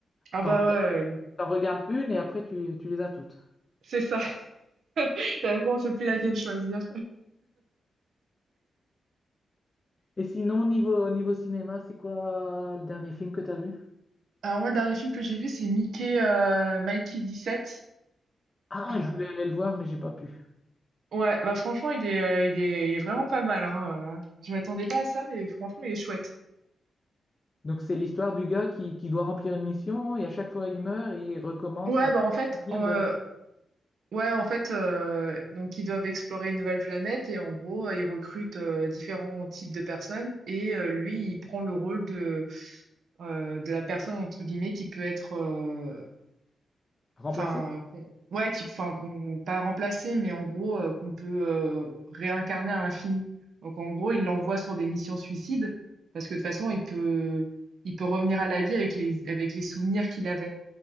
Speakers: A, on the right; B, on the left.
A: Ah
B: T'en
A: bah
B: regardes
A: ouais,
B: t'en regardes une et après, tu, tu les as toutes.
A: c'est ça. <laughs> Et après, on sait plus laquelle choisir.
B: Et sinon, niveau, niveau cinéma, c'est quoi euh, le dernier film que t'as vu?
A: Alors moi, le dernier film que j'ai vu, c'est Mickey, euh, Mikey sept
B: Ah,
A: Euh,
B: je voulais aller le voir, mais j'ai pas pu.
A: ouais, bah franchement, il est, euh, il est, il est vraiment pas mal, hein. euh, Je m'attendais pas à ça, et franchement, il est chouette.
B: Donc, c'est l'histoire du gars qui, qui doit remplir une mission et à chaque fois, il meurt et il recommence
A: Ouais,
B: à
A: bah en fait,
B: finir
A: euh,
B: de la
A: ouais, en fait, euh, donc ils doivent explorer une nouvelle planète et en gros, euh, ils recrutent euh, différents types de personnes et euh, lui, il prend le rôle de, euh, de la personne entre guillemets qui peut être euh,
B: remplacer.
A: Enfin, qu'on, ouais, qui, enfin, qu'on, pas remplacer, mais en gros, euh, qu'on peut euh, réincarner à l'infini. Donc, en gros, il l'envoie sur des missions suicides, parce que de toute façon, il peut, il peut revenir à la vie avec les, avec les souvenirs qu'il avait.